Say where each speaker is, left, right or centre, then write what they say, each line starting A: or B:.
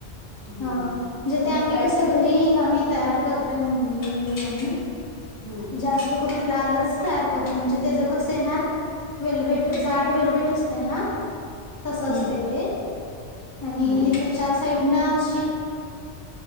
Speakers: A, on the left (about 45°); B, on the left (about 20°).
A: हम्म
B: हा. म्हणजे ते आम्ही
A: मी काय
B: कस घरी आम्ही तयार करतोय. मम्मी, मी, आम्ही.
A: हम्म
B: जास्त करून लालच तयार करतो म्हणजे तेज कस येणार वेलवेट जाड वेलवेट असतयं ना? तस असतय
A: हम्म
B: ते आणि
A: हम्म
B: त्याच्या साईडन अशी --